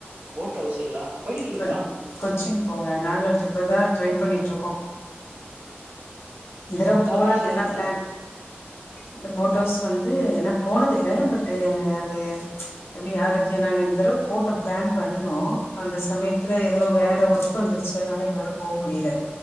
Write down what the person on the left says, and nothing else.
கொ கொச்சின் போங்க நாங்க இப்பதா ட்ரை பண்ணிகிட்ருக்கோ இந்தடவ
போலான்ட்டு
எல்லா ப்ளான் இந்த போட் ஹவுஸ் வந்து என்ன போனது இல்ல பட்டு அது எப்டி அதுக்கு நாங்க இந்த தடவை போட்டோ பிளான் பண்ணுனோ அந்த சமயத்துல ஏதோ வேற ஒர்கு வந்துருச்சு அதனால எங்களால போ முடியில